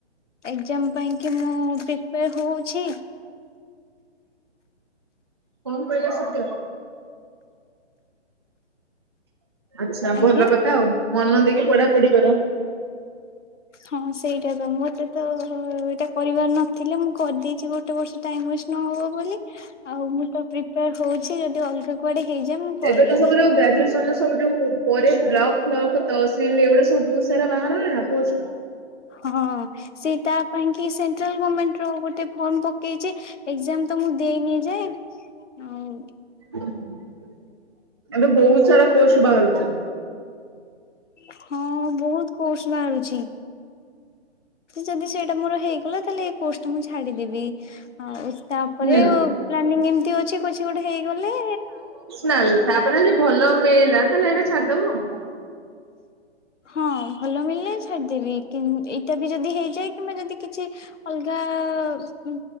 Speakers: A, on the left (about 85°); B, on the right (about 25°).
A: ଏଗଜମ ପାଇଁ କି ମୁଁ ପ୍ରିପେୟାର ହୋଉଛି।
B: କଣ କହିଲା ସତ୍ୟ। ଆଚ୍ଛା ଭଲ
A: ଆଜ୍ଞା।
B: କଥା ଆଉ ମନ ଦେଇକି ପଢାପଢି କର।
A: ହଁ ସେଇଟା ତ ମତେ ତ ଏଇଟା କରିବାର ନଥିଲେ ମୁଁ କରିଦେଇଚି ଗୋ ଗୋଟେ ବର୍ଷ ଟାଇମ୍ ୱେଷ୍ଟ୍ ନହବ ବୋଲି ଆଉ ମୁଁ ତ ପ୍ରିପେୟାର ହୋଉଛି ଯଦି ଅଲଗା କୁଆଡେ ହେଇଯାଏ ମୁଁ ପଳେଇବି।
B: ଏବେ ତ ସବୁ ଯୋଉ ଗ୍ରାଜୁଏସନର ସବୁ ଯୋଉ ପରେ ବ୍ଲକ ଫ୍ଲକ୍ ତହସିଲ ଏଗୁଡ଼ା ସବୁ ବୋହୁତ ସାରା ବାହାରୁନିନା ପୋଷ୍ଟ।
A: ହଁ ସେ ତା ପାଇଁ କି ସେଣ୍ଟ୍ରାଲ ଗମେଣ୍ଟର ଗୋଟେ ଫର୍ମ ପକେଇଚି। ଏଗଜାମ ତ ମୁଁ ଦେଇନି ଯାଏଁ ଆଉ
B: ଏବେ ବୋହୁତ ସାରା କୋର୍ସ ବାହାରୁଚି।
A: ହଁ ବୋହୁତ କୋର୍ସ ବାହାରୁଛି। ଯଦି ସେଇଟା ମୋର ହେଇଗଲା ତାହେଲେ ଏଇ କୋର୍ସଟା ମୁଁ ଛାଡିଦେବି। ଆଉ ତାପରେ
B: ହୁଁ
A: ଓ ପ୍ଲାନିଂ ଏମତି ଅଛି କିଛି ଗୋଟେ ହେଇଗଲେ
B: ନାଲ ତାପରେ ଯଦି ଭଲ ମିଳିଲା ତାହେଲେ ଏଇଟା ଛାଡ଼ଦୋବ ଆଉ।
A: ହଁ ଭଲ ମିଳିଲେ ଛାଡିଦେବି କିନ୍ ଏଇଟା ଏବେ ଯଦି ହେଇଯାଏ କିମ୍ବା ଯଦି କିଛି ଅଲଗା ଉଁ